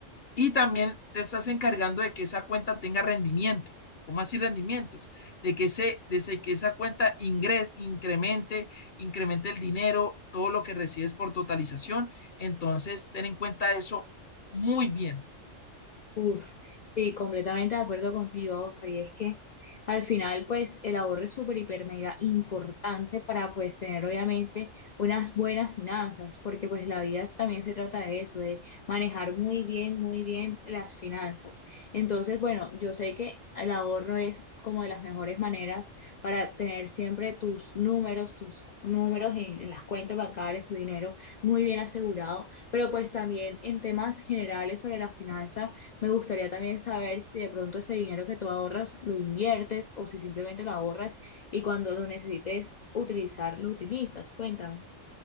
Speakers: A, on the left (about 50°); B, on the left (about 80°).
A: Y también te estás encargando de que esa cuenta tenga rendimientos. ¿Cómo así rendimientos? De que, ese, de ese- que esa cuenta ingres, incremente, incremente el dinero, todo lo que recibes por totalización. Entonces, ten en cuenta eso muy bien.
B: Uf, sí, completamente de acuerdo contigo, Oscar. Y es que al final, pues, el ahorro es súper, hiper, mega importante para, pues, tener obviamente unas buenas finanzas, porque, pues, la vida también se trata de eso, de manejar muy bien, muy bien las finanzas. Entonces, bueno, yo sé que el ahorro es como de las mejores maneras para tener siempre tus números, tus números en, en las cuentas bancarias, tu dinero muy bien asegurado, pero pues también en temas generales sobre la finanza. Me gustaría también saber si de pronto ese dinero que tú ahorras lo inviertes o si simplemente lo ahorras y cuando lo necesites utilizar, lo utilizas. Cuéntame.